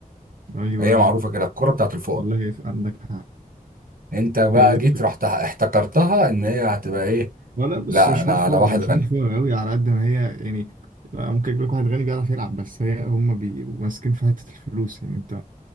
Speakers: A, on the right; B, on the right.
A: ايوه
B: هي معروفه كده الكوره بتاعت الفقراء
A: والله ف- عندك حق
B: انت بقى
A: هذه
B: جيت
A: الفكرة
B: رحت احتكرتها ان هي هتبقى ايه
A: ولا بص
B: لا
A: مش
B: انا
A: حوار فاضي
B: على واحد
A: مش
B: غني
A: حوار فاضي قوي على قد ما هي يعني ممكن يجيب لك واحد غني بيعرف يلعب بس هي هم بيبقوا ماسكين في حتة الفلوس يعني انت